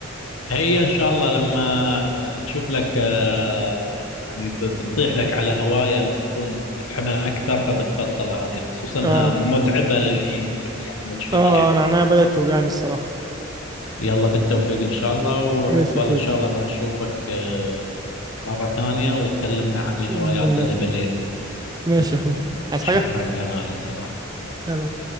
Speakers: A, on the left (about 85°); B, on the right (about 20°).
A: هي إن شاء الله لما آه، تشوف لك أه يعني ب- بتطيح لك على هواية بتكون بتحبها أكثر فبتبطل هذه خصوصا إنها
B: اه
A: متعبة للعين يعني مجهدة
B: اه
A: يعني
B: انا عينيا بدأت توجعني الصراحة
A: يلا بالتوفيق إن شاء الله وعقبال
B: ماشي يا اخوي
A: إن شاء الله ما نشوفك آه، مرة ثانية وتكلمنا عن الهوايات
B: باذن الله
A: اللي بديتها
B: ماشي يا اخوي عايز
A: شكرا
B: حاجة
A: يا غالي سلام
B: سلام